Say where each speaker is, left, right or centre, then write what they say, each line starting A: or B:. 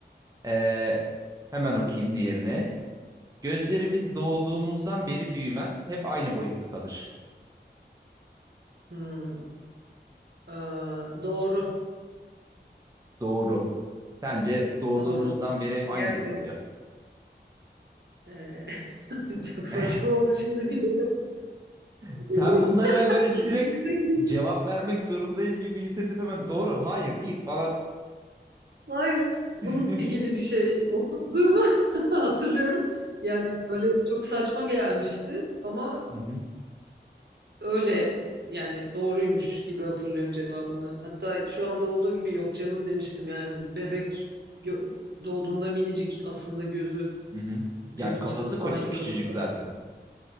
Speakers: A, on the right; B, on the right.
A: Ee, hemen okuyayım diğerine. Gözlerimiz
B: Hı hı.
A: doğduğumuzdan beri büyümez, hep aynı boyutta kalır.
B: Hmm. Ee, doğru,
A: Doğru. Sence doğduğumuzdan
B: doğru.
A: beri hep aynı
B: Gerçek.
A: mı kalıyor?
B: Ee, <laughs> çok
A: <laughs>
B: saçma oldu şimdi bir bebek,
A: Sen
B: bebek,
A: bunlara böyle direkt
B: bebek. yüzü.
A: cevap vermek zorundayım gibi hissedip hemen doğru, hayır değil falan.
B: Hayır, bununla
A: <laughs> Hı
B: ilgili bir şey okuduğumu <laughs> hatırlıyorum. Yani böyle çok saçma gelmişti ama
A: hı.
B: öyle yani doğruymuş gibi hatırlıyorum cevabını. Hatta şu anda olduğu gibi yok canım demiştim yani bebek gö- doğduğunda minicik aslında gözü
A: Hı hı.
B: büyüdükçe
A: Ya kafası
B: nasıl
A: ko-
B: aynı
A: küçücük
B: kalır falan.
A: zaten.